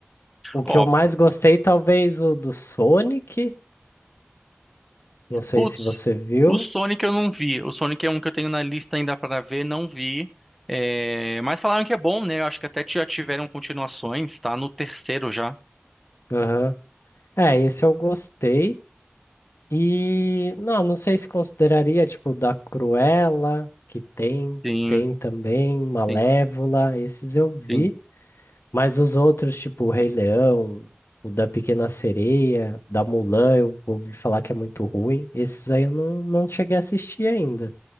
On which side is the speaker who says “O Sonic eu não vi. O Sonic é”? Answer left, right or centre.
Centre